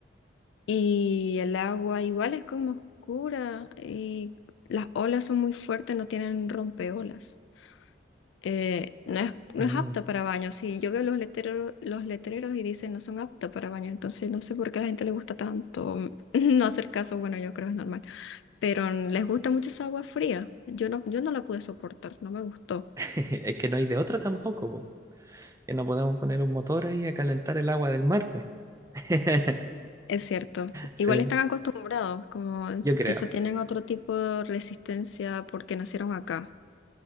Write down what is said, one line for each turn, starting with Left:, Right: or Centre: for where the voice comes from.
Left: y el agua igual es como oscura y las olas son muy fuertes, no tienen rompeolas. eh, no es, no
Right: Ah,
Left: es apta para baño. Si yo veo los letreros, los letreros y dicen no son aptas para baño, entonces no sé por qué a la gente le gusta tanto <laughs> no hacer caso. Bueno, yo creo que es normal. Pero les gusta mucho esa agua fría. Yo no, yo no la pude soportar, no me gustó.
Right: <laughs> es que no hay de otra tampoco, po. Que no podemos poner un motor ahí a calentar el agua del mar, pues. <laughs>
Left: Es cierto.
Right: Sí,
Left: Igual están acostumbrados, como
Right: yo creo.
Left: quizá tienen otro tipo de resistencia porque nacieron acá.